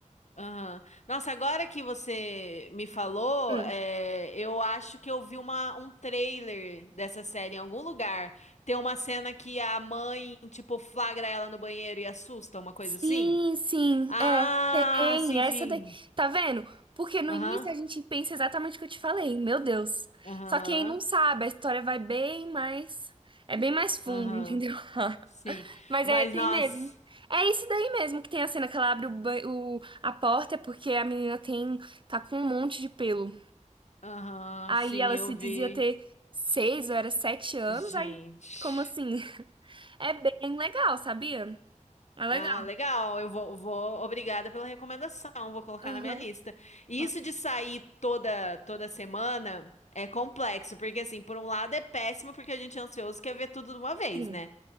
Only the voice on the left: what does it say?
Aham. Nossa, agora que você me falou,
é, eu acho que eu vi uma, um trailer dessa série em algum lugar. Tem uma cena que a mãe, tipo, flagra ela no banheiro e assusta, uma coisa
assim.
Ah,
sim,
sim.
Aham,
aham,
aham.
Sim.
Mas,
nossa.
Aham,
sim,
eu
vi.
Gente.
Ah, legal. Eu vou, vou. Obrigada pela recomendação. Vou colocar
na minha lista. E
isso de sair toda toda semana é complexo, porque assim, por um lado é péssimo porque a gente é ansioso e quer ver tudo de uma vez,
né?